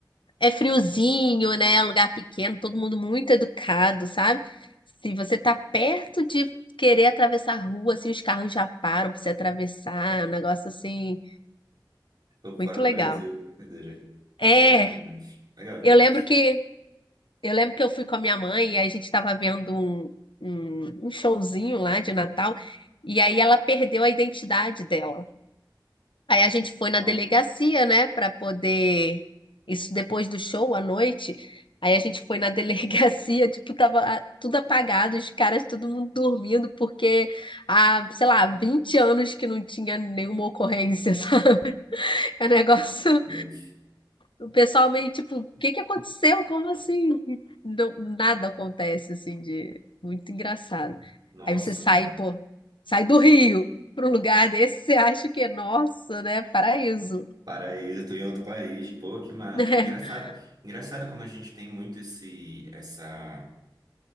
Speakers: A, on the left; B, on the right.
A: É friozinho,
B: de...
A: né? Lugar pequeno, todo mundo muito educado, sabe? Se você tá perto de querer atravessar a rua, assim, os carros já param pra você atravessar, é um negócio assim,
B: Tô
A: muito
B: fora do
A: legal.
B: Brasil, brincadeira. Nossa,
A: É,
B: legal demais. Legal demais.
A: eu lembro que eu lembro que eu fui com a minha mãe e aí a gente tava vendo um, um, um showzinho lá de Natal, e aí ela perdeu a identidade dela. Aí a gente foi na
B: Nossa,
A: delegacia, né, para poder. Isso depois do show à noite. Aí a gente foi na delegacia, <laughs> tipo, tava ah, tudo apagado, os caras, todo mundo dormindo, porque há, sei lá, 20 anos que não tinha nenhuma ocorrência, <laughs> sabe? É um negócio.
B: Deus.
A: O pessoal meio tipo, o que que aconteceu? Como assim? Não- nada acontece, assim, de. Muito engraçado.
B: Nossa,
A: Aí você sai,
B: Deus.
A: pô, sai do Rio para um lugar desse, você acha que é nossa, né? Paraíso.
B: Paraíso, eu tô em outro país. Pô, que massa.
A: <laughs>
B: Engraçado, engraçado como a gente tem muito esse, essa